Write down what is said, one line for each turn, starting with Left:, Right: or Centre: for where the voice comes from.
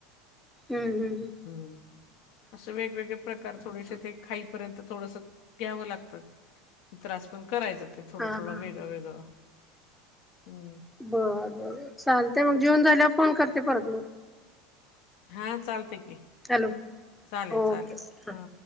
Centre: हम्म, हम्म ह्ऽ
Left: हं. असे वेगवेगळे प्रकार
Centre: हम्म
Left: थोडेसे
Centre: हम्म
Left: तेऽऽ. खाईपर्यंत थोडस घ्यावं लागतं, त्रास पण करायचंऽ ते, थोडा,
Centre: हा हा हा
Left: थोडा
Centre: हा
Left: वेगळ वेगळ,, हम्म.
Centre: बरं, बर चालतमू मग, जेऊन झाल्यावर फोन करते परत मगऽ
Left: हा चालते की,
Centre: हॅलो
Left: चालेल,
Centre: ओके
Left: चालेल
Centre: ओके हां
Left: हा.